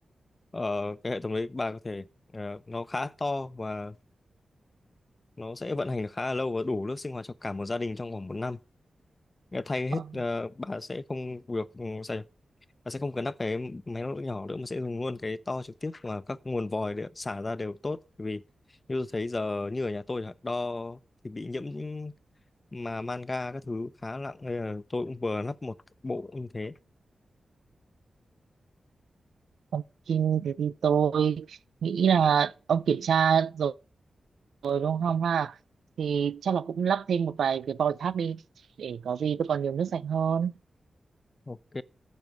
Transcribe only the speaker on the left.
ờ, cái hệ thống đấy bà có thể ờ, nó khá to và nó sẽ vận hành được khá là lâu và đủ nước sinh hoạt cho cả một gia đình trong vòng một năm Nghĩa là thay
hết ờ, bà sẽ không được ừ, sao nhỉ? bà sẽ không cần lắp cái máy lọc nước nhỏ nữa mà sẽ dùng luôn cái to trực tiếp và các nguồn vòi để xả ra đều tốt Bởi vì như tôi thấy giờ như ở nhà tôi chẳng hạn, đo thì bị nhiễm mà manga các thứ khá nặng nên là tôi cũng vừa lắp một bộ như thế
Ok.